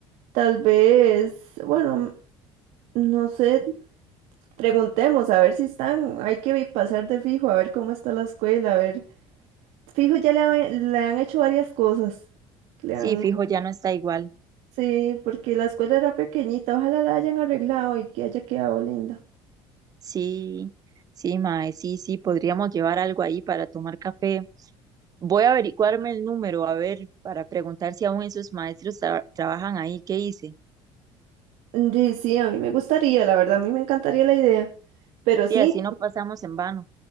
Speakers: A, on the right (about 75°); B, on the right (about 35°).
A: Tal vez, bueno, no sé. Preguntemos a ver si están. Hay que vi- pasar de fijo, a ver cómo está la escuela, a ver. Fijo, ya le, ha- le han hecho varias cosas. Le
B: Sí,
A: han...
B: fijo, ya no está igual.
A: Sí, porque la escuela era pequeñita. Ojalá la hayan arreglado y que haya quedado linda.
B: Sí, sí, mae, sí, sí, podríamos llevar algo ahí para tomar café. Voy a averiguarme el número, a ver, para preguntar si aún esos maestros tra- trabajan ahí, ¿qué dice.
A: Sí, sí, a mí me gustaría, la verdad, a mí me encantaría la idea. Pero sí,
B: Sí, así no pasamos en vano.